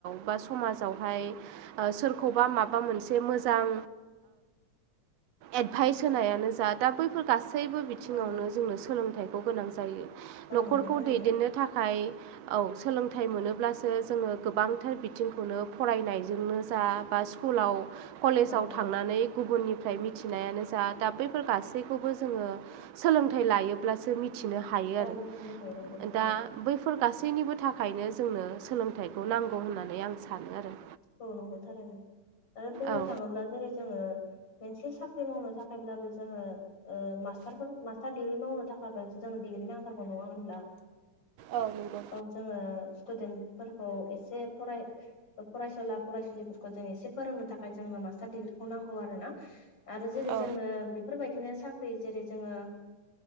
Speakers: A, on the right (about 70°); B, on the left (about 45°).
A: बा समाजावहाय सोरखौबा माबा मोनसे मोजां एडभाइस होनायानो जा दा बैफोर गासैबो बिथिङावनो
B: औ
A: जोंनो सोलोंथाइखौ गोनां जायो
B: औ
A: नखरखौ
B: नंगौ थारैनो
A: दैदेननो थाखाय औ सोलोंथाइ मोनोब्लासो जोङो गोबांथार बिथिंखौनो फरायनायजोंनो जा बा स्कुलाव कलेजाव
B: औ औ
A: थांनानै गुबुननिफ्राय मिथिनायानो जा दा बैफोर गासैखौबो जोङो सोलोंथाइ लायोब्लासो मिथिनो हायो
B: औ
A: आरो
B: मिथिनो हायो नंगौ थारैनो
A: दा बैफोर गासैबो जेनिबो थाखायनो जोंनो सोलोंथाइखौ नांगौ होननानै आं सानो आरो
B: औ नंगौ थारैनो आरो बुंनो
A: औ
B: थाङोब्ला जेरै जोङो मोनसे साख्रि साख्रि मावनो थाखायब्लाबो जोङो मास्टार मास्टार दिडग्रि मावनो थाखायस जोङो डिग्रि नांथारगौ नङा होनब्ला
A: औ नंगौ
B: औ जोङो स्टुदेन्टफोरखौ एसे फराय फरायसुला फरायसुलिफोरखौ जों एसे फोरोंनो थाखाय जोंनो मास्टार दिडिग्रिखौ नांगौ आरोना आरो जेरै
A: औ
B: जोङो बेफोरबायदिनो साख्रि जेरै जोङो